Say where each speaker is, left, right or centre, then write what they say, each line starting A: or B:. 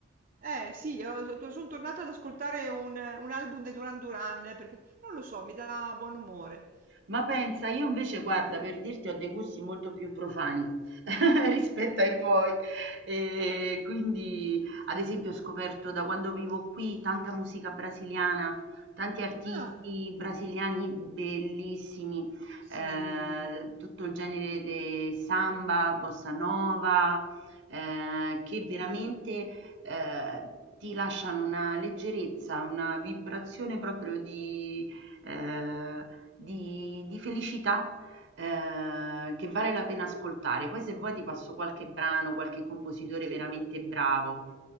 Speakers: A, on the right (about 40°); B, on the right (about 60°).
A: Eh sì, io so son tornata ad ascoltare un un album dei Duran Duran perché, non lo so, mi dà buon umore.
B: Ma pensa, io invece guarda, per dirti, ho dei gusti molto più profani <laughs> rispetto ai tuoi. E quindi, ad esempio, ho scoperto da quando vivo qui tanta musica brasiliana, tanti artisti
A: Ah,
B: brasiliani bellissimi,
A: sì,
B: eh, tutto il genere de samba, bossa nova, eh, che veramente eh, ti lasciano una leggerezza, una vibrazione proprio di ehm, di, di felicità eh, che vale la pena ascoltare. Poi se vuoi ti passo qualche brano, qualche compositore
A: sì,
B: veramente bravo.